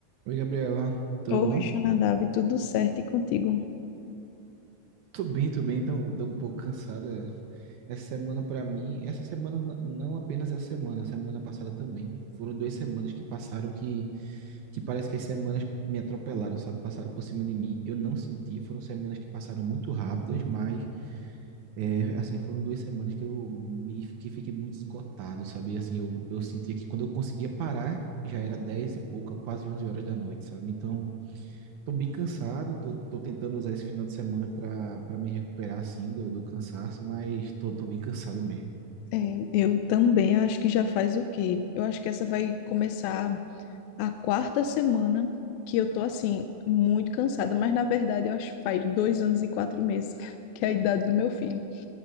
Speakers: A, on the right (about 70°); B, on the left (about 80°).
A: Oi, Gabriela, tudo
B: Oi,
A: bom?
B: Xunadab, tudo certo e contigo?
A: Tô bem, tô bem, tô, tô um pouco cansada. Essa semana pra mim, essa semana n- não apenas essa semana, a semana passada também. Foram duas semanas que passaram que, que parece que as semanas me atropelaram, sabe? Passaram por cima de mim. Eu não senti, foram semanas que passaram muito rápidas, mas é, assim, foram duas semanas que eu me que fiquei muito esgotado, sabe? E, Assim, eu, eu sentia que quando eu conseguia parar, já era dez e pouca, quase onze horas da noite, sabe? Então, Tô bem cansado, tô, tô tentando usar esse final de semana pra, pra me recuperar, assim, do, do cansaço, mas tô, tô bem cansado mesmo.
B: É, eu também acho que já faz o quê? Eu acho que essa vai começar a quarta semana que eu tô assim, muito cansada, mas na verdade eu acho que faz dois anos e quatro meses, <laughs> que é a idade do meu filho.